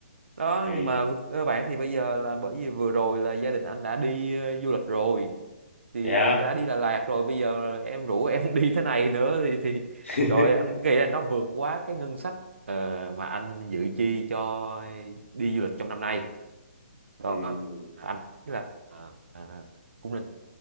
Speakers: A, on the right; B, on the left.
A: đó
B: thì
A: nhưng mà các bạn thì bây giờ là bởi vì vừa rồi là gia đình anh đã đi ờ, du lịch rồi thì
B: yeah.
A: đã đi Đà Lạt rồi bây giờ em rủ em <laughs> đi thế này nữa thì thì
B: <laughs>
A: trời ơi, anh nghĩ là nó vượt quá cái ngân sách ờ, mà anh dự chi cho đi du lịch trong năm nay đó,
B: ừ.
A: ảnh là, à, à, cũng là